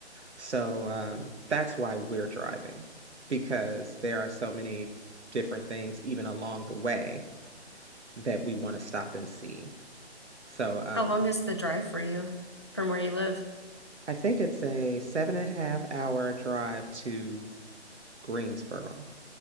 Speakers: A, on the right; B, on the left.
A: So um, that's why we're driving, because there are so many different things, even along the way, that we want to stop and see. So um,
B: How long is the drive for you from where you live?
A: I think it's a seven and a half hour drive to Greensboro.